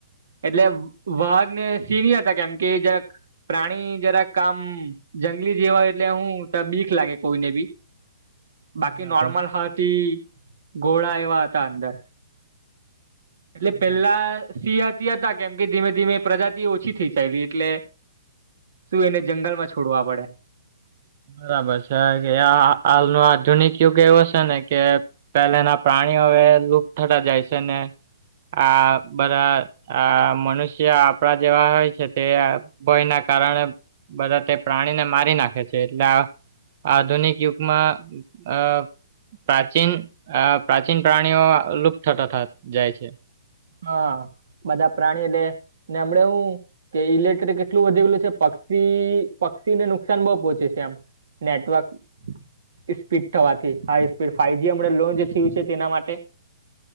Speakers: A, on the right (about 70°); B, on the right (about 45°).
A: એટલે વાઘને સિહ હત. કેમ કે જરાક પ્રાણી જરાક આમ જંગલી જેવા હોય એટલે હું તાં બીક લાગે કોઈને બી.
B: <inaudible>
A: બાકી
B: બરાબર
A: નોર્મલ હાતી ઘોળા એવા હતા અંદર.
B: બરાબર.
A: એટલે પેલ્લા સિહ હાતી હતા કેમ કે ધીમે ધીમે એ પ્રજાતિ ઓછી થઈ ચાયલી એટલે.. શું એને જંગલમાં છોડવા પડે.
B: ના બરચા ગયા આ આલનો આધુનિક યુગ એવો સેને કે... પેહેલાના પ્રાણીઓ હવે લુપ થતા જાય છેને આ બધા. આ મનુષ્ય આપણા જેવા હોય છે તે ભયના કારણે બધા તે પ્રાણીને મારી નાખે છે. એટલા આ આધુનિક યુગમાં અ. પ્રાચીન પ્રાચીન પ્રાણીઓ લુપ થતાંથા જાય છે.
A: હા. બધા પ્રાણી એટલે હમણે હું. કે ઇલેક્ટ્રિક એટલું વધી ગેલું છે પક્ષી પક્ષીને નુકસાન બો પોહોંચે છે એમ. નેટવર્ક <unintelligible> થવાથી હાઈસ્પીડ ફાઈજી અમણાં લોન્જ થીયું છે, તેના માટે